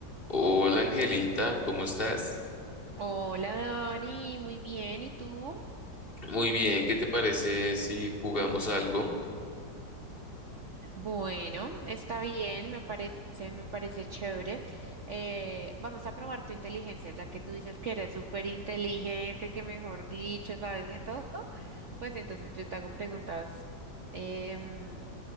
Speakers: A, on the left; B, on the right.
A: Hola Angelita, ¿cómo estás?
B: Hola Dani, muy bien, ¿y tú?
A: Muy bien, ¿qué te parece si jugamos algo?
B: Bueno, está bien, me parece, me parece chévere. Eh, vamos a probar tu inteligencia, ya que tú dices que eres súper inteligente, que mejor dicho, sabes de todo. Pues entonces yo te hago preguntas em,